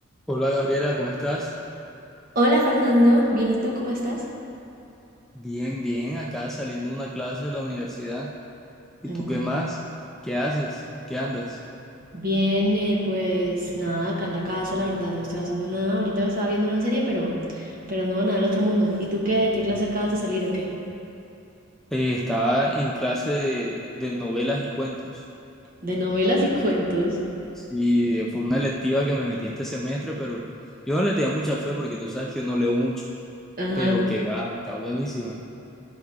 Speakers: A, in the centre; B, on the right (about 45°).
A: Hola Gabriela, ¿cómo estás?
B: Hola Fernando, bien, ¿y tú cómo estás?
A: Bien, bien, acá saliendo de una clase de la universidad. ¿Y
B: Mm,
A: tú qué más? ¿Qué haces? ¿Qué andas?
B: Bien, eh, pues nada, acá en la casa, la verdad, no estoy haciendo nada. Ahorita me estaba viendo una serie, pero, pero no, nada del otro mundo. ¿Y tú qué? ¿De qué clase acabas de salir o qué?
A: Eh, estaba en clase de, de novelas y cuentos.
B: De novelas y <laughs> cuentos.
A: Sí, eh, fue una electiva que me metí este semestre, pero yo no le tenía mucha fe porque tú sabes que yo no leo mucho.
B: Ajá,
A: Pero que va, está buenísima.